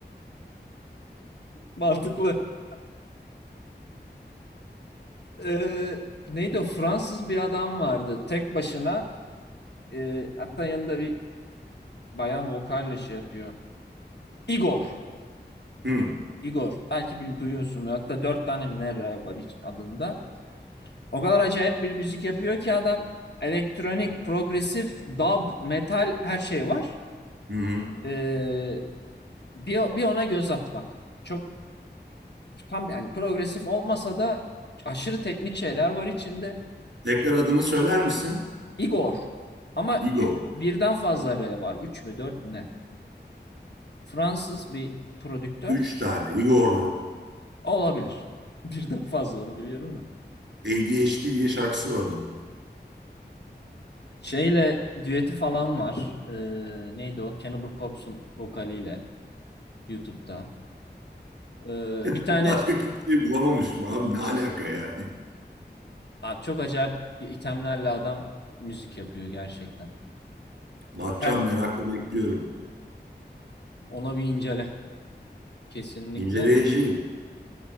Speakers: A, on the left; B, on the right.
A: mantıklı. <laughs> Ee, neydi o? Fransız bir adam vardı. Tek başına e, hatta yanında bir bayan vokalle şey yapıyor. Igor.
B: Hmm.
A: Igor. Belki bir duyuyorsun. Hatta dört tane mi ne ra var hiç adında. O kadar acayip bir müzik yapıyor ki adam elektronik, progresif, dub, metal her şey var.
B: Hı hı.
A: Ee, bir, bir ona göz at bak. Çok tam yani progresif olmasa da aşırı teknik şeyler var içinde.
B: Tekrar adını söyler misin?
A: Igor ama
B: Igor.
A: ü- birden fazla R var. Üç mü dört mü ne? Fransız bir prodüktör
B: Üç tane. Igor.
A: olabilir. <laughs> Birden fazla onu biliyorum da.
B: ADHD diye şarkısı var adamın.
A: Şeyle düeti falan var. Ee, neydi o? Cannibal Corpse'un vokaliyle YouTube'da. Ee,
B: <laughs>
A: bir tane
B: Başka kimseyi bulamamışım abi. Ne alaka yani?
A: abi çok acayip itemlerle adam müzik yapıyor gerçekten.
B: Bakacağım
A: Sen
B: merakla
A: de
B: bekliyorum.
A: ona bir incele. Kesinlikle
B: İnceleyeceğim.